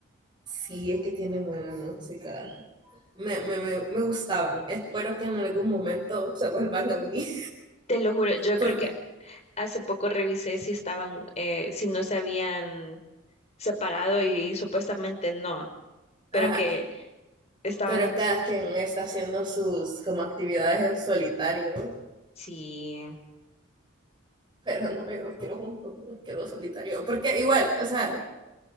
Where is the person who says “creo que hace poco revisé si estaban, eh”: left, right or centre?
Left